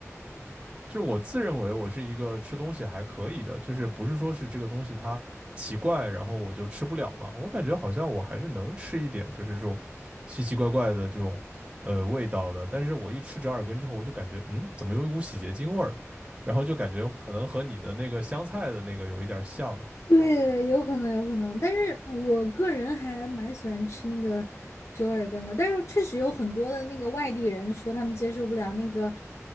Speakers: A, on the right; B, on the left.
A: 就是我自认为我是一个吃东西还可以的，就是不是说是这个东西它奇怪，然后我就吃不了嘛。我感觉好像我还是能吃一点，就是这种奇奇怪怪的这种呃味道的。但是我一吃折耳根之后，我就感觉嗯，怎么有一股洗洁精味儿？然后就感觉可能和你的那个香菜的那个有一点像。
B: 对，有可能，有可能，但是我个人还蛮喜欢吃那个折耳根的，但是确实有很多的那个外地人说他们接受不了那个